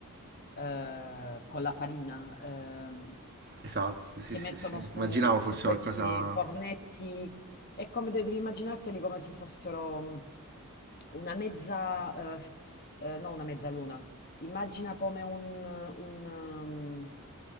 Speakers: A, on the left; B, on the right.
A: eh, con la farina, ehm,
B: esatto, sì,
A: che
B: sì,
A: mettono
B: sì.
A: su,
B: Immaginavo
A: su
B: fosse
A: questi
B: qualcosa...
A: fornetti e come de- devi immaginarteli come se fossero mh, una mezza, eh, f- eh, no una mezzaluna Immagina come un, un, um,